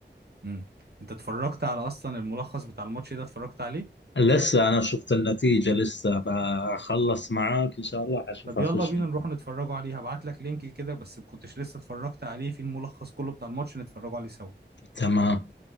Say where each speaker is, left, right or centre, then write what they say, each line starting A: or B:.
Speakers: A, on the right (about 60°); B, on the left (about 75°).
A: امم انت اتفرجت على اصلا الملخص بتاع الماتش ده اتفرجت عليه
B: لسه انا شفت النتيجه لسه بخلص معاك ان شاء الله اشوف
A: طب
B: اخش
A: يلا بينا نروح نتفرجوا عليه هبعت لك لينك كده بس ما كنتش لسه اتفرجت عليه في الملخص كله بتاع الماتش نتفرجوا عليه سوا
B: تمام